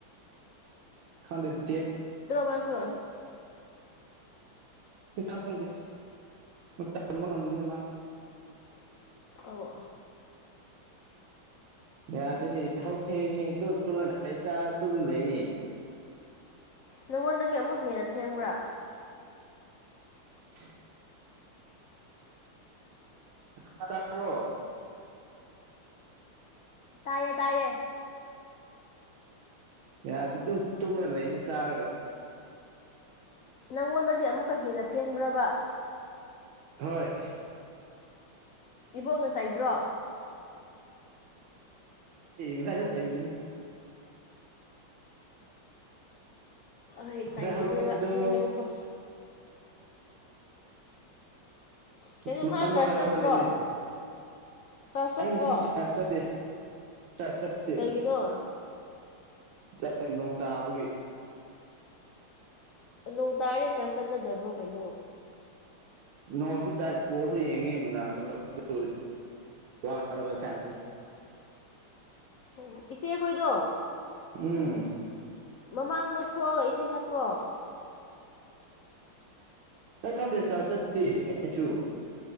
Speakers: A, on the right (about 75°); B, on the left (about 85°).
A: ꯈꯪꯗꯦꯠ ꯗꯦꯠ
B: ꯃꯥꯁꯨ
A: ꯄꯩ ꯈꯥ ꯉꯝꯗꯦ ꯇꯝꯕ ꯉꯝꯗꯦ ꯃꯥ
B: ꯑꯣ
A: ꯌꯥ ꯑꯗꯨꯅꯦ ꯍꯧ ꯊꯦꯡꯉꯤꯨꯅ ꯂꯩ ꯆꯥꯔ ꯇꯅ ꯂꯩꯅꯤ
B: ꯅꯪꯉꯣꯟꯗꯒꯤ ꯑꯃꯨꯛ ꯍꯦꯟꯅ ꯊꯦꯡꯕ꯭ꯔꯥ
A: <unintelligible> ꯇꯥ꯭ꯔꯣ
B: ꯇꯌꯦ ꯇꯌꯦ
A: ꯑꯗꯨ ꯇꯣꯂꯂ ꯏꯅ ꯆꯥꯔꯒ
B: ꯅꯪꯉꯣꯟꯗꯒꯤ ꯑꯃꯨꯛꯀ ꯍꯦꯟꯅ ꯊꯦꯡꯈ꯭ꯔꯕ
A: ꯍꯣꯏ
B: ꯏꯕꯣꯛꯅ ꯆꯩꯥꯏꯗ꯭ꯔꯣ
A: ꯉꯁꯥꯏꯁꯨ ꯆꯩꯕꯅꯤ
B: ꯑꯍꯣꯏ
A: ꯉꯁꯥꯏ
B: ꯆꯩꯒꯅꯦꯕ
A: ꯍꯒꯠꯄꯗꯨ
B: ꯊꯦꯡꯉꯗꯤꯀꯣ ꯀꯩꯅꯣ
A: ꯃꯄꯟ
B: ꯃꯥ ꯆꯔꯆ
A: ꯃꯈꯥꯏꯗ
B: ꯆꯠꯇ꯭ꯔꯣ
A: ꯍꯧꯒꯠ ꯂꯤꯅꯦ
B: ꯆꯔꯆ ꯆꯠꯇ꯭ꯔꯣ
A: ꯑꯩ ꯉꯁꯤ ꯆꯥꯔꯖ ꯆꯠꯇꯦ ꯆꯥꯔꯖ ꯆꯠꯇꯦ
B: ꯀꯩꯒꯤꯅꯣ
A: ꯆꯥꯏ ꯅꯣꯡ ꯇꯥꯕꯒꯤ
B: ꯅꯣꯡ ꯇꯥꯔꯗꯤ ꯆꯔꯖ ꯆꯠꯅꯗꯕ꯭ꯔꯣ ꯀꯩꯅꯣ
A: ꯅꯣꯡꯁꯨ ꯇꯥꯏ <unintelligible> ꯌꯦꯡꯉꯤ ꯅꯨꯡꯗꯥꯡꯗꯣ <unintelligible> ꯋꯥꯔꯕ ꯏꯁꯥꯁꯦ
B: ꯑꯣ ꯏꯆꯦ ꯑꯩꯈꯣꯏꯗꯣ
A: ꯎꯝ
B: ꯃꯃꯥꯡꯗ ꯊꯣꯛꯑꯒ ꯏꯁꯩ ꯁꯛꯄ꯭ꯔꯣ
A: ꯑꯩ ꯈꯪꯗꯦ ꯆꯔꯖ ꯆꯠꯇꯦ ꯑꯩꯁꯨ